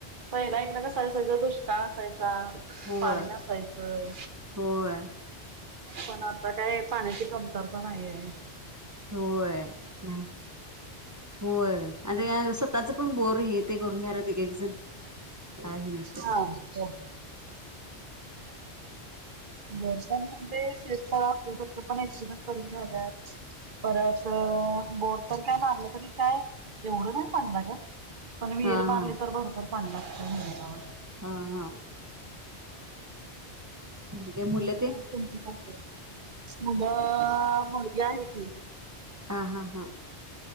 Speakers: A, on the right (about 50°); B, on the right (about 25°).
A: पहिला इकडं कसं <unintelligible> संग दुष्काळ असाय चा
B: होय
A: पाणीला असायचं,
B: होय
A: पण आता काय पाण्याची कमतरता नाहीये.
B: होय, नाही होय. आता या स्वतःचपण बोर हे ते करून घ्यायला ते एकजण काही नसते
A: हा हो. वर्षांमध्ये शेत असत तर पण एक एकण करून घ्यालात परत अ ब तर काय मारलं तरी काय एवढं नाही पणल्याला पण महीर
B: हा
A: मारले
B: हा
A: तर भरपर पणलात होला
B: हा हा आणि काय मुलं ते
A: ह तमची का मला मर्गी आहे की
B: हा हा हा